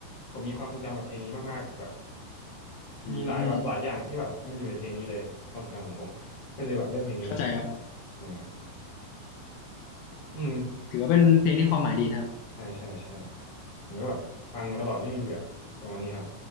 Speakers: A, on the left; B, on the left.
A: ผมมีความทรงจำกับเพลงนี้มากๆแบบ
B: อืม
A: มีหลายแบบหลายอย่างที่แบบมันอยู่ในเพลงนี้เลยความทรงจำของผมก็เลยแบบเลือกเพลงนี้
B: เข้าใจครับ
A: อ่าอืม
B: ถือว่าเป็นเพลงที่ความหมายดีนะครับ
A: ใช่ใช่ใช่ผมก็แบบฟังมาตลอดไม่มีเบื่อประมาณนี้ครับ